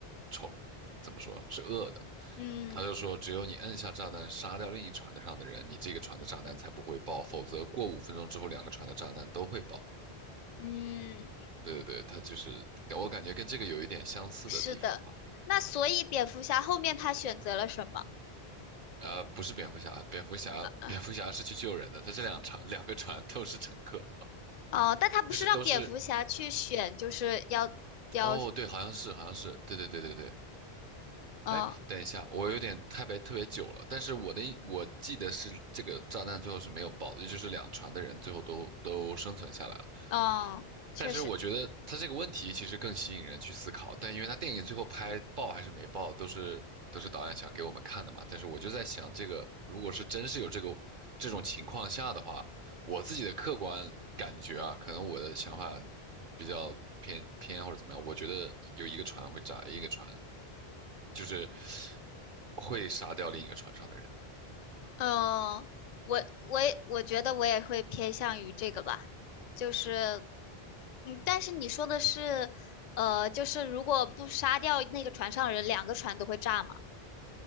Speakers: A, on the right; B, on the left.
A: 丑，怎么说是恶的，
B: 嗯
A: 他就说只有你摁下炸弹杀掉另一船的上的人，你这个船的炸弹才不会爆，否则过五分钟之后两个船的炸弹都会爆。
B: 嗯，
A: 对对对，它就是我感觉跟这个有一点相似的地方吧。
B: 是的。那所以蝙蝠侠后面他选择了什么？
A: 呃，不是蝙蝠侠，蝙蝠侠蝙蝠侠是去救人的，
B: 呃
A: 他这两船两个船都是乘客，
B: 哦，但他不是让蝙蝠侠去选，
A: 就是都是
B: 就是要要，
A: 哦，对，好像是好像是，对对对对对。
B: 哦、
A: 哎，等一下，我有点太别特别久了，但是我的印我记得是这个炸弹最后是没有爆的，也就是两船的人最后都都生存下来了。
B: 嗯，确实，
A: 但是我觉得他这个问题其实更吸引人去思考，但因为他电影最后拍爆还是没爆，都是都是导演想给我们看的嘛。但是我就在想，这个如果是真是有这个这种情况下的话，我自己的客观感觉啊，可能我的想法比较偏偏或者怎么样，我觉得有一个船会炸，一个船就是会杀掉另一个船上的人。
B: 嗯，我我也我觉得我也会偏向于这个吧，就是，嗯，但是你说的是，呃，就是如果不杀掉那个船上人，两个船都会炸嘛？